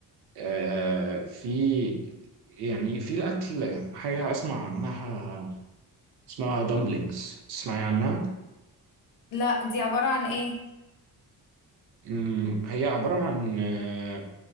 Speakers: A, on the right; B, on the left.
A: آه في يعني في الأكل حاجة أسمع عنها اسمها dumplings تسمعي عنها؟
B: لا دي عبارة عن ايه
A: مم، هي عبارة عن آه،